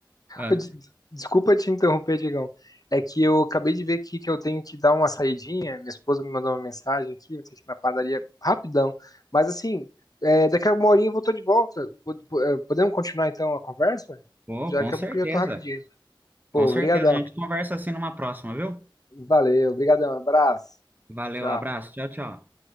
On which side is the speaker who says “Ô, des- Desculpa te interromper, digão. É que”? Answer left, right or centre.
Left